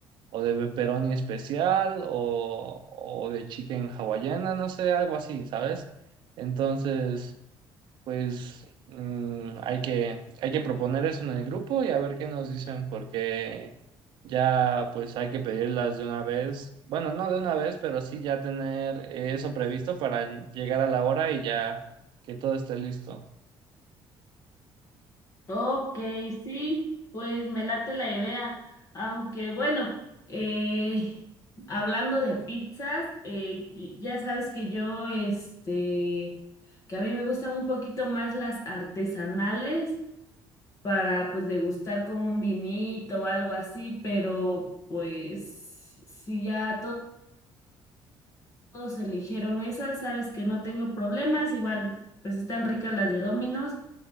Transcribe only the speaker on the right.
o de pepperoni especial o, o de chicken hawaiana, no sé, algo así, ¿sabes? Entonces... Pues mm, hay que, hay que proponer eso en el grupo y a ver qué nos dicen, porque ya pues hay que pedirlas de una vez. Bueno, no de una vez, pero sí ya tener eh, eso previsto para llegar a la hora y ya que todo esté listo.